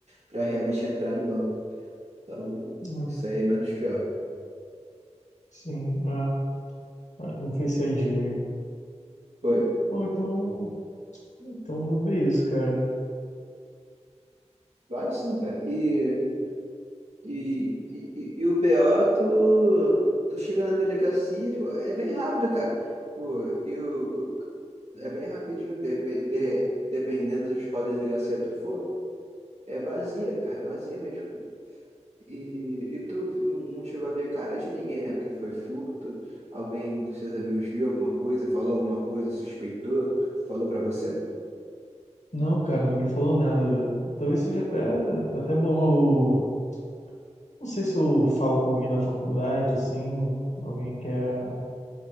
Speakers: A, on the right; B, on the left.
A: para realmente entrar no banco. Então,
B: Hum,
A: isso aí é menos pior.
B: Sim, ah, era com Face ID mesmo.
A: Foi?
B: Bom, então Então vou ver isso, cara.
A: Vai sim, cara. E, e, e, e- e o BO, tu, tu chega na delegacia, tipo, é bem rápido, cara. Pô, e o, é bem rapidinho, depe- de- dependendo de qual delegacia tu for. É vazia, cara, vazia mesmo. E, e tu não, não chegou a ver a cara de ninguém, né? Porque foi furto. Alguém dos seus amigos viu alguma coisa, falou alguma coisa, suspeitou, falou pra você?
B: Não, cara, ninguém falou nada, velho. Talvez seja até, até bom eu. Não sei se eu falo com alguém da faculdade, assim, alguém que é